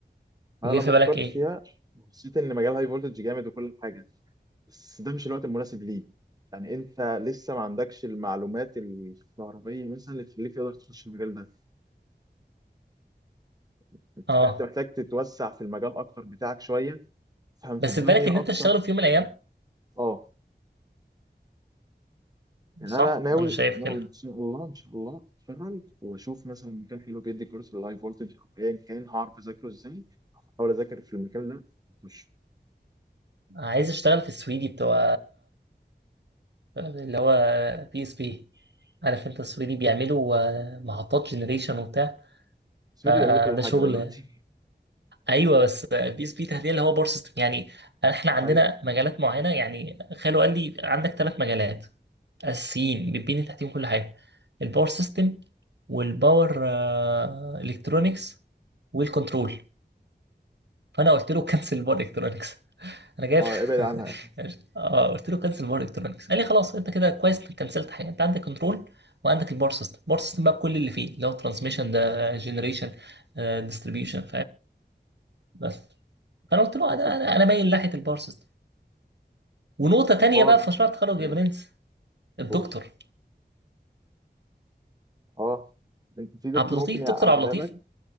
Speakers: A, on the right; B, on the right.
A: انا
B: وجاي
A: لما
B: في بالك
A: فكرت
B: إيه؟
A: فيها حسيت ان مجال هاي فولتج جامد وكل حاجه بس ده مش الوقت المناسب ليه يعني انت لسه ما عندكش المعلومات الكهربائيه مثلا اللي تخليك تقدر تخش المجال ده انت
B: آه
A: فاهم؟ انت محتاج تتوسع في المجال اكتر بتاعك شويه تفهم في
B: بس
A: الدنيا
B: في بالك إن أنت
A: اكتر
B: تشتغل في يوم من الأيام
A: اه يعني
B: صح؟
A: انا ناوي
B: أنا شايف
A: ناوي
B: كده
A: ان شاء الله ان شاء الله اتفرج واشوف مثلا مكان حلو بيدي كورس اللايف فولتج او ايا كان هعرف اذاكره ازاي احاول اذاكر في المكان ده واخش
B: عايز أشتغل في السويدي بتوع اللي هو بي اس بي عارف أنت السويدي بيعملوا آه، محطات جنريشن وبتاع
A: بس فيديو
B: فده
A: بيعملوا كل حاجه
B: شغل
A: دلوقتي
B: ايوه بس البي اس بي تحديدا اللي هو باور سيستم يعني احنا عندنا
A: ايوه
B: مجالات معينه يعني خالو قال لي عندك ثلاث مجالات اساسيين بتبني تحتيهم كل حاجه الباور سيستم والباور الكترونكس والكنترول فانا قلت له كنسل باور الكترونكس انا جايب
A: اه ابعد عنها
B: <laughs> اه قلت له كنسل باور الكترونكس قال لي خلاص انت كده كويس انك كنسلت حاجه انت عندك كنترول وعندك الباور سيستم الباور سيستم بقى بكل اللي فيه اللي هو ترانسميشن ده جنريشن ديستريبيوشن بس فانا قلت له
A: تاخد
B: انا انا انا مايل ناحيه الباور سيستم ونقطه تانية
A: بار
B: بقى في مشروع التخرج
A: ايوه
B: يا برنس الدكتور
A: كورس اه انت في دكتور
B: عبد اللطيف
A: ممكن يعقدها
B: دكتور عبد اللطيف
A: لك